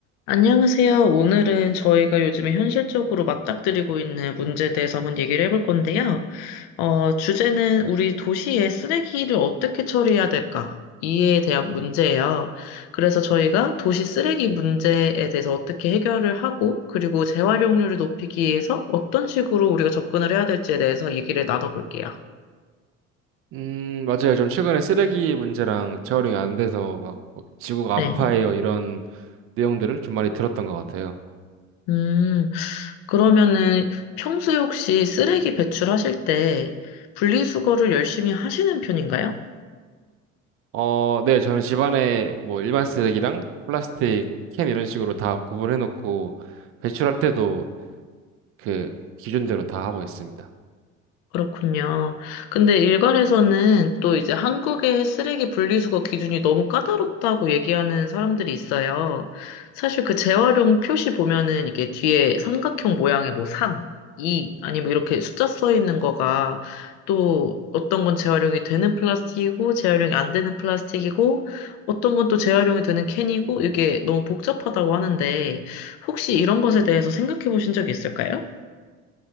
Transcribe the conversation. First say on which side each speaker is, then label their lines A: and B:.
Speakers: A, on the left (about 45°); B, on the right (about 35°).
A: 안녕하세요. 오늘은 저희가 요즘에 현실적으로 맞닥뜨리고 있는 문제에 대해서 한번 얘기를 해볼 건데요. 어, 주제는 우리 도시의 쓰레기를 어떻게 처리해야 될까? 이에 대한 문제예요. 그래서 저희가 도시 쓰레기 문제에 대해서 어떻게 해결을 하고, 그리고 재활용률을 높이기 위해서 어떤 식으로 우리가 접근을 해야 될지에 대해서 얘기를 나눠볼게요.
B: 음, 맞아요. 좀 최근에 쓰레기 문제랑 재활용이 안 돼서 막뭐 지구가
A: 네.
B: 아파해요. 이런 내용들을 좀 많이 들었던 것 같아요.
A: 음, 그러면은 평소에 혹시 쓰레기 배출하실 때 분리수거를 열심히 하시는 편인가요?
B: 어, 네. 저는 집안에 뭐 일반 쓰레기랑 플라스틱 캔 이런 식으로 다 구분해 놓고 배출할 때도 그 기준대로 다 하고 있습니다.
A: 그렇군요. 근데 일각에서는 또 이제 한국의 쓰레기 분리수거 기준이 너무 까다롭다고 얘기하는 사람들이 있어요. 사실 그 재활용 표시 보면은 이게 뒤에 삼각형 모양의 뭐 3, 2, 아니 뭐 이렇게 숫자 써 있는 거가 또 어떤 건 재활용이 되는 플라스틱이고 재활용이 안 되는 플라스틱이고 어떤 건 또 재활용이 되는 캔이고 이게 너무 복잡하다고 하는데 혹시 이런 것에 대해서 생각해 보신 적 있을까요?